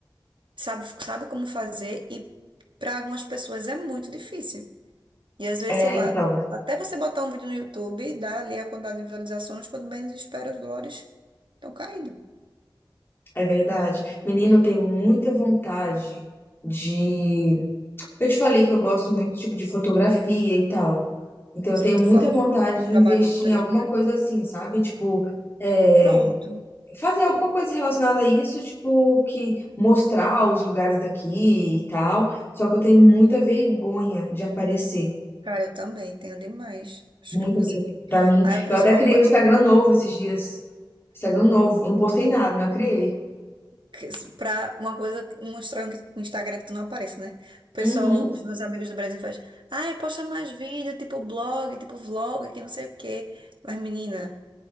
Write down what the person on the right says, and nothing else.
sabe, sabe como fazer, e para algumas pessoas é muito difícil. E às vezes,
sei lá,
até você botar um vídeo no YouTube, dá ali a quantidade de visualizações, quando menos espera, os dólares estão caindo.
Sim,
tu
falou
do que trabalhou
com turismo,
né?
Pronto.
Cara, eu também tenho demais. Acho
que é a coisa
que.
Aí o pessoal,
pra
que- pra uma coisa, um Instagram que um Instagram que tu não apareça, né? O pessoal,
os meus amigos do Brasil faz, ai, posta mais vídeo, tipo blog, tipo vlog, que não sei o quê. Mas, menina,